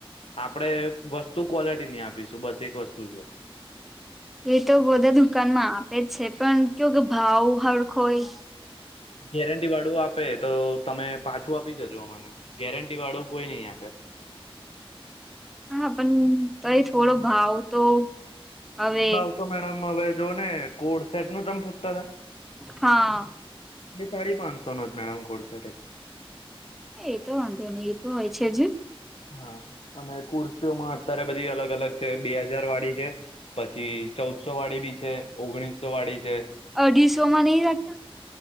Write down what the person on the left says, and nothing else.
આપણે વસ્તુ ક્વોલિટી ની આપીશું બસ એક વસ્તુ છે.
ગેરંટી વાળું આપે તો તમે પાછું આપી જજો અમને ગેરંટી વાળું કોઈ નઈ આપે.
ભાવ તો મેડમ હવે જો ને કોડ સેટ નું તમ પૂછતા તા.
એ સાડી પાંચસો નો છે મેડમ કોડસેટે
હા અને કુર્તીઓમાં અત્યારે બધી અલગ અલગ છે, બે હજાર વાળી છે. પછી ચૌદસો વાળી બી છે, ઓગણીસો વાળી છે.